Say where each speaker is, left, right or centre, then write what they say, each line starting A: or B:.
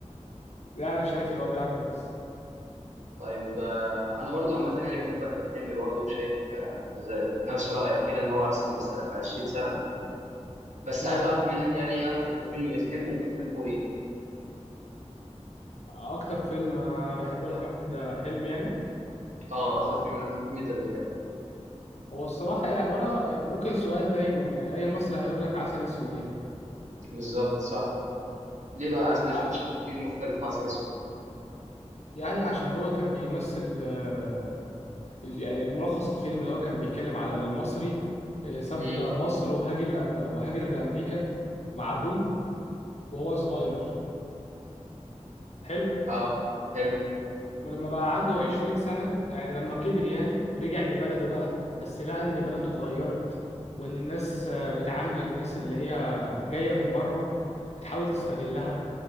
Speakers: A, on the left; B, on the right.
A: يعني انا شايف اللي هو بيعرف يمثل
B: طيب آه، أنا برضو عامة يعني بحب أحمد حلمي برضو وشايف آه، زي- نفس رأيك كده إن هو أحسن ممثل آخر 20 سنة بس
A: اه
B: عايز أعرف منك يعني إيه أكتر فيلم بتحبه وبتحبه ليه؟
A: اكتر فيلم انا بحبه لاحمد حلمي يعني
B: أه أكتر فيلم لأحمد حلمي أنت بتحبه
A: هو الصراحة يعني هنا يعني ممكن السؤال ده يكون يعني أي مصري هيقول لك عسل أسود يعني
B: بالظبط صح ليه بقى
A: لان
B: عسل
A: ع-
B: أسود شايف إيه المختلف في عسل
A: يعني عشان هو كان بيمثل آه، يعني ملخص الفيلم اللي هو كان بيتكلم على المصري آه، ساب
B: أسود؟
A: مصر وهاجر لأ- وهاجر لأمريكا مع أبوه وهو صغير حلو
B: اه حلو
A: ولما بقى عنده 20 سنة يعني لما كبر يعني رجع لبلده بقى بس لقى إن بلده اتغيرت وإن الناس آه، بتعامل الناس اللي هي جاية من بره بتحاول تستغلها